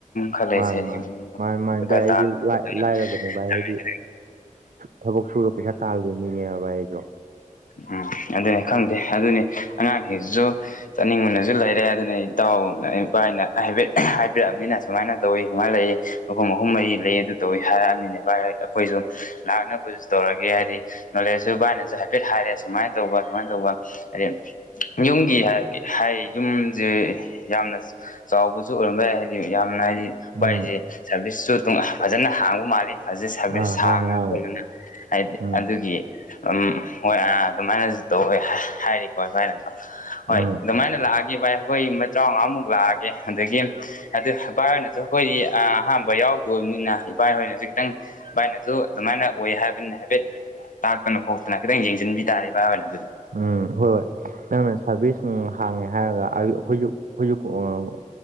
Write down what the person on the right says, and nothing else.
ꯃꯥꯅꯤ
ꯃꯥꯅꯤ ꯃꯥꯅꯤ ꯃꯥꯅꯤ ꯚꯥꯏ ꯑꯩꯁꯨ
ꯂꯥꯏ ꯂꯥꯏꯔꯕꯅꯦ ꯚꯥꯏ ꯍꯥꯏꯗꯤ ꯊꯕꯛ ꯁꯨꯔ ꯄꯩꯁꯥ ꯇꯥꯜꯂꯤꯜꯂꯤ ꯃꯤꯅꯦꯕ ꯑꯩꯗꯣ
ꯎꯝ
ꯑꯥ
ꯍꯥꯡꯉꯦ ꯍꯥꯡꯉꯦ
ꯎꯝ
ꯎꯝ
ꯎꯝ ꯍꯣꯏ ꯍꯣꯏ ꯅꯪꯅ ꯁꯥꯔꯚꯤꯁ ꯍꯥꯡꯉꯦ ꯍꯥꯏꯔꯒ ꯑꯩꯈꯣꯏꯁꯨ ꯑꯩꯈꯣꯏꯁꯨ